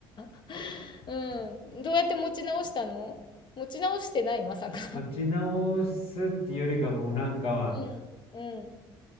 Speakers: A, on the left; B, on the left.
A: <laughs> うん。どうやって持ち直したの持ち直してない、まさか。
B: 持ち直すっていうよりかもうなんか、
A: うん、うん、